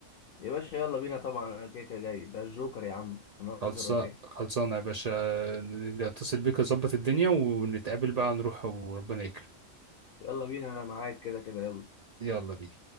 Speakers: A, on the left; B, on the right.
A: يا باشا يلا بينا طبعا انا كده كده جاي ده الجوكر يا عم هنهزر
B: خلصا
A: ولا ايه
B: خلصانه يا باشا اتصل بيك اظبط الدنيا ونتقابل بقى نروح وربنا يكرم
A: يلا بينا انا معاك كده كده يلا
B: يلا بينا